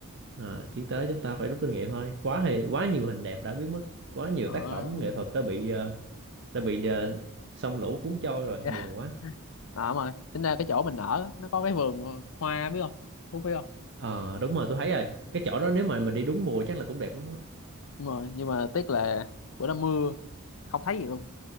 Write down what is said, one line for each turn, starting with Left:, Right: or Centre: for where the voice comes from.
Right: à, tiến tới chúng ta phải rút kinh nghiệm thôi quá thì quá nhiều hình đẹp đã biến mất quá nhiều
Left: ờ
Right: tác phẩm nghệ thuật đã bị ờ, đã bị ờ, sông lũ cuốn trôi rồi buồn
Left: yeah.
Right: quá
Left: <laughs> à, mà tính ra cái chỗ mình ở nó có cái vườn hoa biết không Phú biết không
Right: Ờ đúng rồi tôi thấy rồi cái chỗ đó nếu mà mình đi đúng mùa chắc là cũng đẹp lắm á
Left: đúng rồi nhưng mà tiếc là bữa đó mưa không thấy gì luôn